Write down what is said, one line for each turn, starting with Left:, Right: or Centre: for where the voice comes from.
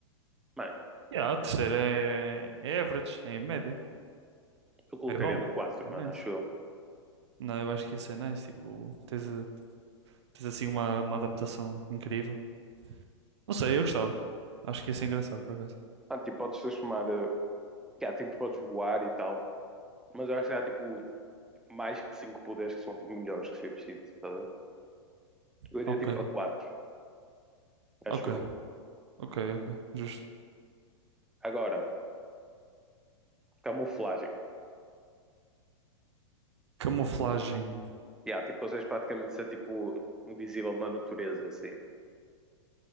Centre: Mano,
Right: Ya, terceiro é, é average, é a média.
Centre: Eu colocaria
Right: É bom.
Centre: no 4,
Right: É
Centre: mano,
Right: nice.
Centre: acho eu.
Right: Não, eu acho que isso é nice. Tipo, tens, a- tens assim uma, uma adaptação incrível. Não sei, eu gostava. Acho que isso é engraçado, por acaso.
Centre: Ah, tipo, podes transformar. eh, yeah, tipo, tu podes voar e tal. Mas eu acho que há, tipo, mais que 5 poderes que são, tipo, melhores que ser preciso, tá a ver? Eu iria,
Right: Ok,
Centre: tipo, para quatro, acho
Right: ok,
Centre: eu.
Right: ok, ok. Justo.
Centre: Agora, camuflagem.
Right: Camuflagem.
Centre: Yeah, tipo, consegues praticamente ser, tipo, invisível na natureza, e assim.